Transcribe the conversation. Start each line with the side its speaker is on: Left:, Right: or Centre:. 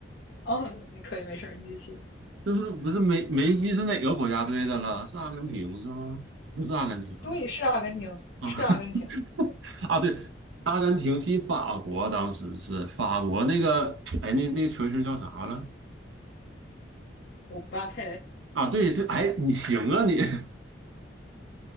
Left: 嗯，可以，没事你继续。
Right: 就是不是梅梅西是哪个国家队的了？是阿根廷是吗？不是阿根廷啊
Left: 对，是阿根廷，
Right: 啊 <laughs>
Left: 是阿根廷，
Right: 啊！对，阿根廷踢法国，当时是法国那个哎，那那球星叫啥了？
Left: 姆巴佩。
Right: 啊，对对，哎，你行啊你，<laughs> 啊